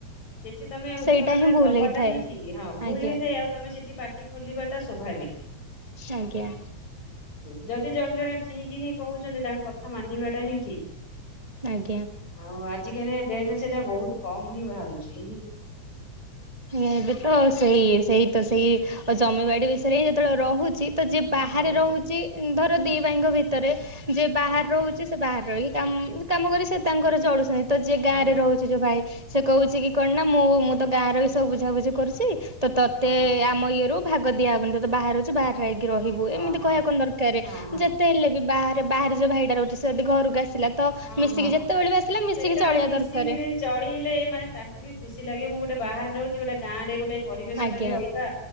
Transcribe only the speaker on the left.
ସେଠି ତମେ
ଉତ୍ତର
ଟା
ଦବା
ଟା ହିଁ ଠିକ ହଁ ଭୁଲ
ହେଇଥାଏ ଆଉ। ତମେ ସେଠି ପଟି ଖୋଲିବା ଟା ସ୍ୱଭାବିକ।
ଯଦି ଜଣେ ଜଣେ ଠିକ ହିଁ କହୁଛନ୍ତି ତାଙ୍କ କଥା ମାନିବାଟା ହିଁ ଠିକ।
ଆଉ ଆଜି କାଲିକା ଡେଟ ରେ ସେଇଟା ବହୁତ କମ ହିଁ ବାହାରୁଛି ହିଁ।
ହଁ
ହଁ
ହଁ
ହଁ
ହଁ
ହଁ
ହଁ
ହଁ
ହଁ
ହଁ
ସେଇଟା
ମିଶିକିରି
ଚଳିଲେ ମାନେ ତାଙ୍କୁ ବି ଖୁସି ଲାଗେ ମୁଁ ଗୋଟେ ବାହାରେ ରହୁଛି ଗୋଟେ ଗାଁରେ ଗୋଟେ। ପରିବେଶ
ଟା ବି ଅଲଗା।